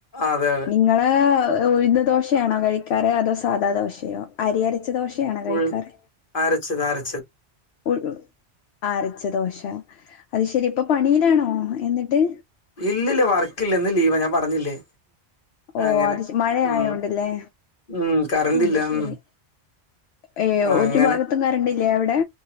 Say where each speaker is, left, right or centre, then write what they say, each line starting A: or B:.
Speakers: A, on the left (about 50°); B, on the left (about 70°).
A: ആഹ്, അതെ അതെ
B: ങ്ങള് ഉഴ്ന്ന് ദോശയാണോ കഴിക്കാറ് അതോ സാധാ ദോശയോ? അരിയരച്ച ദോശ യാണോ കഴിക്കാറ്?
A: ഉഴു അരച്ചത് അരച്ചത്
B: ആഹ് അരച്ച ദോശ അത് ശരി. ഇപ്പൊ പണിയിലാണോ എന്നിട്ട്?
A: ഇല്ലില്ല വർക്കില്ല ഇന്ന് ലീവാ ഞാൻ പറഞ്ഞില്ലേ.
B: ഓഹ്
A: അങ്ങനെ
B: അത് ശ് മഴയായോണ്ട്ല്ലേ,
A: ഉം ഉം കറണ്ടില്ല
B: അത് ശരി.
A: ഉം
B: ഏഹ്
A: അങ്ങനെ
B: ഒരു ഭാഗത്തും കരണ്ടില്ലേ അവിടെ?